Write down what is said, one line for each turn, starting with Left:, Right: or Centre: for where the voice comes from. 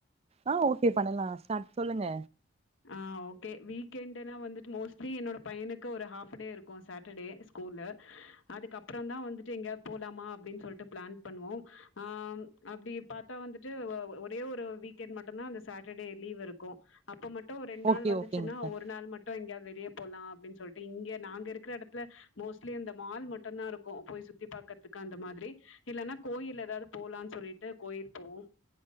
Right: ஆஹ் ஓகே பண்ணலா ஸ்டார்ட் சொல்லுங்க
Left: ஆஹ் ஓகே வீக்கெண்ட்னா வந்துட்டு மோஸ்ட்லி என்னோட பையனுக்கு ஒரு ஹாப் டே இருக்கு சாட்டர்டே ஸ்கூல்ல அதுக்கப்புறோ தா வந்துட்டு எங்கேயாது போலாமா அப்டின்னு சொல்ட்டு ப்ளான் பண்ணுவோம் ஆஹ் அப்டி பாத்தா வந்துட்டு ஒ ஒ ஒரே ஒரு வீக்கெண்ட் மட்டும்தா அந்த சாட்டர்டே லீவ்வு இருக்கும் அப்ப மட் டும் ரெண்டு நாள்
Right: ஓகே
Left: வந்துச்சுன்னா
Right: ஓகேங்க்கா
Left: ஒரு நாள் மட்டு எங்கயா வெளிய போலா அப்டின்னு சொல்ட்டு இங்க நாங்க இருக்கிற எடத்துல மோஸ்ட்லி இந்த மால் மட்டம்தா இருக்கும் போய் சுத்தி பாக்கறதுக்கு அந்த மாத்ரி இல்லன்னா கோயில் ஏதாது போலாம்னு சொல்ட்டு கோயில் போவோ